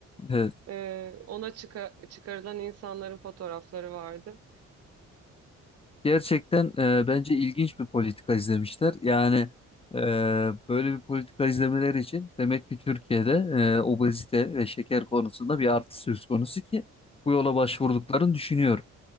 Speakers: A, on the left (about 20°); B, on the right (about 55°).
A: Evet.
B: Ee, ona çıka- çıkarılan insanların fotoğrafları vardı.
A: Gerçekten e, bence ilginç bir politika izlemişler. Yani e, böyle bir politika izlemeleri için demek ki Türkiye'de e, obezite ve şeker konusunda bir artış söz konusu ki bu yola başvurduklarını düşünüyorum.